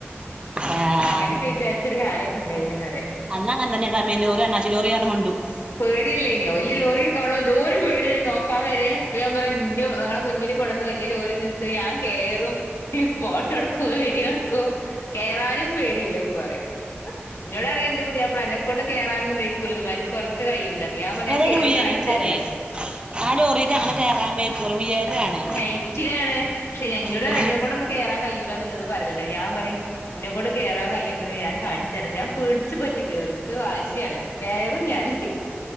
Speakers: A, on the right; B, on the left.
A: ആഹ്
B: അങ്ങനൊക്കെ വിചാരിച്ചൊരു കാലൊക്കെ ഇണ്ടായിന് പറയാം
A: അന്ന് അങ്ങനെ തന്നെ തമിഴി ലോറി അണ്ണാച്ചിലോറിയാ <unintelligible>
B: പേടിയല്ലേനിയോ വെല്യ ലോറിക്കൊ കാണുമ്പോ എന്തോരു പേടിയാ നോക്കാൻ വരെ ഞാൻ പറന്റെ ഞങ്ങളെ മുന്നില് പുടന്ന് വല്യ ലോറി നിർത്തും ഞാൻ കേറും ഫോട്ടോടുക്കും വീഡിയോടുക്കും കേറാനും പേടിയില്ല ഇപ്പ അറയാ ഇന്നോട് പറയും ഇന്റെ പുതിയപ്ല എന്നെക്കൊണ്ട് കേറാനോന്നും വെയ്ക്കൂലന്ന് കൊലക്ക് കയ്യൊന്ന് പറയും ഞാൻ പറഞ്ഞ്
A: അതയ്ന്
B: ഞാൻ കേറി
A: ഉയരേക്കാരേ
B: കാണിച്ചരുന്ന് പറയും
A: ആ ലോറിക്ക് അങ്ങനെ കേറാൻ വയ്ക്കൂല ഉയരാണ്
B: ഹൈറ്റിലാണ് പക്ഷെ <unintelligible> റയും
A: ഉം
B: എന്നെകൊണ്ടൊന്നും കേറാൻ കയ്യുല്ലന്ന് എന്നോട് പറയണ്ട് ഞാൻ പറയും ഇന്നെകൊണ്ട് കേറാൻ കയ്യോന്നില്ല ഞാൻ കാണിച്ചര ഞാൻ പിടിച്ചു പറ്റി കേറു എനിക്ക് വാശിയാണ് കേറും ഞാന്